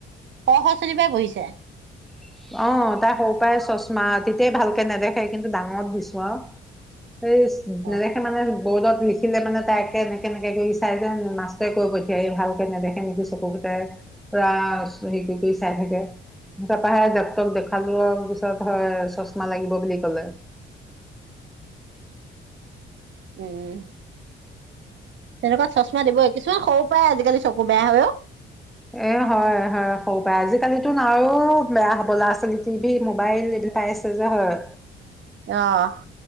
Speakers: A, on the right (about 70°); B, in the centre.
A: খ খ শ্ৰেণীৰ পৰাই পঢ়িছে।
B: অ তাই সৰু পৰাই চশমা তেতিয়াই ভালকে নেদেখে কিন্তু ডাঙত দিছো আৰু। সেই
A: অ
B: নেদেখে মানে বৰ্ডত লিখিলে মানে তাইে এনেকে এনেকে কৰি চাই যে মাষ্টৰে কৈ পঠিয়াই ভালকে নেদেখে নেকি চকুকেইটাই পুৰা হেৰি কৰি কৰি চাই থাকে। তাপাহে ডাক্তৰক দেখোৱালো পিছত হয় চশমা লাগিব বুলি কলে।
A: উম তেনেকুৱা চশমা দিবই কিছুমান সৰু পৰাই আজিকালি চকু বেয়া হয় অ।
B: এ হয় হয় হ'ব পাৰে আজিকালিতো আৰু বেয়া হ'ব ল'ৰা ছোৱালী টিভি মোবাইল এইবিলাক পাই আছে যে হয়।
A: আহ্